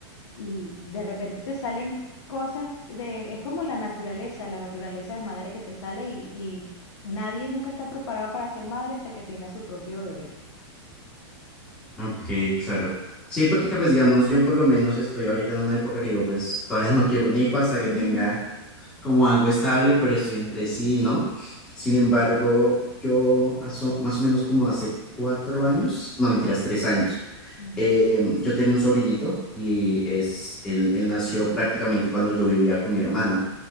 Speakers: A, on the left (about 85°); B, in the centre.
A: y de repente te salen cosas de, es como la naturaleza, la naturaleza de madre que te sale y, y nadie nunca está preparado para ser madre hasta que tiene a su propio bebé.
B: Ok, claro. Sí, porque pues digamos, yo por lo menos estoy ahorita en una época que digo, pues todavía no quiero un hijo hasta
A: <laughs>
B: que tenga como algo estable, pero estoy entre sí, y ¿no? Sin embargo, yo aso- más o menos como hace cuatro años, no mentiras, tres años,
A: Ujú,
B: eh, yo tengo un sobrinito y es, él, él nació prácticamente cuando yo vivía con mi hermana.